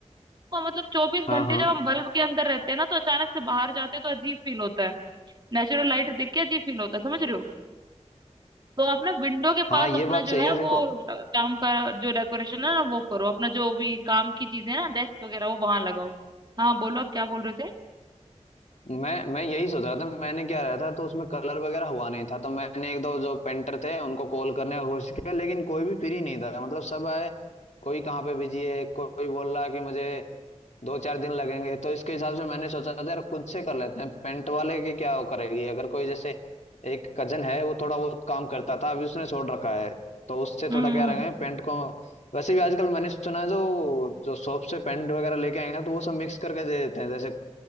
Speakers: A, on the right; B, on the left.
A: तो मतलब चौबीस घंटे
B: हाँ हाँ
A: जब हम बल्ब के अंदर रहते हैं ना तो अचानक से बाहर जाते हैं तो अजीब फील होता है नेचुरल लाइट देख के अजीब फील होता है समझ रहे हो तो आप ना विंडो के
B: हाँ
A: पास
B: ये
A: अपना
B: बात सही
A: जो है
B: है देखो
A: वो अ, काम का जो डेकोरेशन है ना वो करो अपना जो भी काम की चीजें हैं ना डेस्क वगैरह वो वहां लगाओ हाँ बोलो आप क्या बोल रहे थे
B: मैं मैं यही सोच रहा था मैंने क्या रहा था तो उसमें कलर वगैरह हुआ नहीं था तो मैंने एक दो जो पेंटर थे उनको कॉल करने की कोशिश किया लेकिन कोई भी फ्री नहीं था मतलब सब आए कोई कहाँ पे बिजी है कोई बोल रहा है कि मुझे दो चार दिन लगेंगे तो इसके हिसाब से मैंने सोचा था यार खुद से कर लेते हैं पेंट वाले की क्या वो करेगी अगर कोई जैसे एक कजन है वो थोड़ा बहुत काम करता था अभी उसने छोड़ रखा है तो उससे
A: हम्म
B: थोड़ा क्या
A: हम्म,
B: रहेंगे पेंट को वैसे भी आजकल मैंने सुना है जो जो शॉप से पेंट वगैरह लेके आएंगे तो वो सब मिक्स करके दे देते हैं जैसे